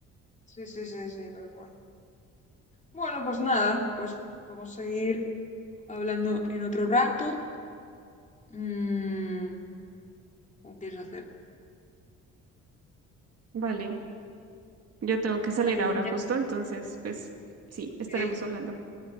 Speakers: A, on the left; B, on the right.
A: Sí, sí, sí, sí, tal cual. Bueno, pues nada, pues podemos seguir hablando en otro rato. Mm, ¿cómo quieres hacer?
B: Vale, yo tengo que salir
A: Vale.
B: ahora justo, entonces pues sí,
A: Ok.
B: estaremos hablando.